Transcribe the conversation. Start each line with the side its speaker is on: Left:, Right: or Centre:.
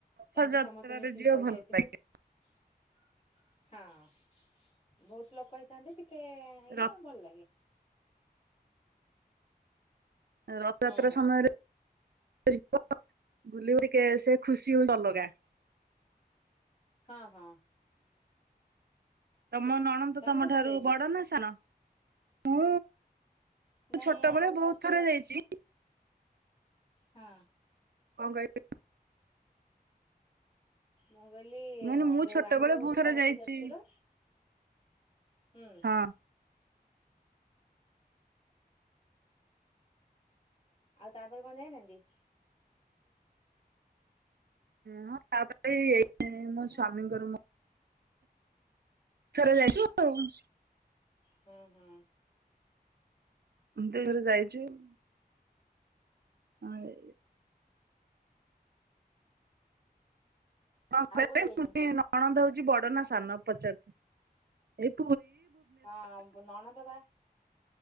Right: ରଥଯାତ୍ରାରେ
Left: ଏମିତି ସମସ୍ତେ ମିଶିକି
Right: ଝିଅ
Left: ଥରେ
Right: ଭଲ
Left: ଯାଇଥିଲୁ
Right: ଲାଗେ।
Left: । ହଁ ବହୁତ ଲୋକ ହେଇଥାନ୍ତି ଟିକେ ଇଏ
Right: ର
Left: ଭଲ ଲାଗେ ।
Right: ରଥଯାତ୍ରା
Left: ହୁଁ।
Right: ସମୟରେ ଯିବ ବୁଲିବ ସେ ଖୁସି ହୋଉଛି ଅଲଗା ।
Left: ହଁ ହଁ
Right: ତମ ନଣନ୍ଦ
Left: ତମେ
Right: ତମ
Left: କେତେଥର
Right: ଠାରୁ
Left: ଯାଇଛ?
Right: ବଡ଼ ନା ସାନ। ମୁ
Left: ନାଇଁ
Right: ଛୋଟବେେଳେ
Left: ଆମର ଫାଷ୍ଟ
Right: ବହୁତ ଥରେ ଯାଇଛି ।
Left: ହଁ
Right: କଣ କହିଲେ ।
Left: ମୁଁ କହିଲି
Right: ମୁଁ କହିଲି ମୁଁ
Left: ଯେଉଁ
Right: ଛୋଟବେଳେ
Left: ଆମର ହେଉଛି
Right: ବହୁତ ଥର
Left: ଫାଷ୍ଟ
Right: ଯାଇଛି
Left: ଦେଢ଼ଶୁର ହୁଁ
Right: ହଁ
Left: ଆଉ ତାପରେ କଣ ଯାଇନାହାନ୍ତି ।
Right: ହଁଁ ତାପରେ ଏଇ ମୋ
Left: ହୁଁ
Right: ସ୍ଵାମୀଙ୍କର ଥର ଯାଇଛୁ ।
Left: ହୁଁ ହଁ
Right: ଦୁଇ ଥର ଯାଇଚୁ । ହଁଇ କଣ
Left: ଆଉ
Right: କହିଲେ
Left: କୋଉଠି ଯାଇଛନ୍ତି
Right: ପୁଣି
Left: ସବୁ?
Right: ନଣନ୍ଦଉଛି ବଡ ନା ସାନ ପଚାର ଏ
Left: ହଁ ନଣନ୍ଦ ପା